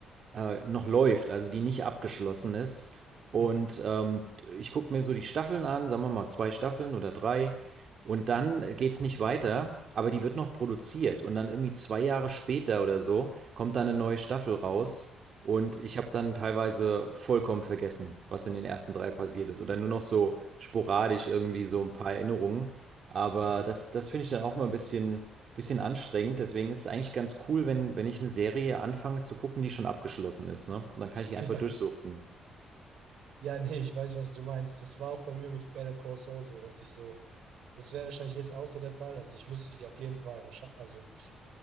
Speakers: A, on the right; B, on the right.
A: äh, noch läuft, also die nicht abgeschlossen ist. Und
B: Mhm.
A: ähm, ich gucke mir so die Staffeln an, sagen wir mal zwei Staffeln oder drei. Und dann geht es nicht weiter, aber die wird noch produziert. Und dann irgendwie zwei Jahre später oder so kommt dann eine neue Staffel raus. Und ich habe dann teilweise vollkommen vergessen, was in den ersten drei passiert ist. Oder nur noch so sporadisch irgendwie so ein paar Erinnerungen. Aber
B: Mhm.
A: das, das finde ich dann auch mal ein bisschen bisschen anstrengend. Deswegen ist es eigentlich ganz cool, wenn, wenn ich eine Serie anfange zu gucken, die schon abgeschlossen ist, ne? Und dann kann
B: <laughs>
A: ich die einfach
B: Ja.
A: durchsuchten.
B: Ja, nee, ich weiß, was du meinst. Das war auch bei mir mit Better Call Saul so, dass ich so, das wäre wahrscheinlich jetzt auch so der Fall. Also ich müsste die auf jeden Fall wahrscheinlich, also ich,